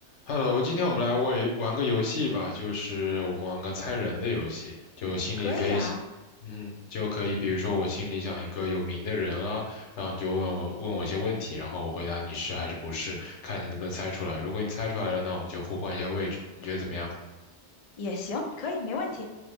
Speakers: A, on the left (about 80°); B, on the left (about 60°).
A: Hello，今天我们来玩玩个游戏吧，就是我们玩个猜人的游戏，就心里可以想嗯，
B: 可以啊，
A: 就可以，比如说我心里想一个有名的人啊，然后你就问我问我一些问题，然后我回答你是还是不是，看你能不能猜出来。如果你猜出来了，那我们就互换一下位置，你觉得怎么样？
B: 也行，可以，没问题。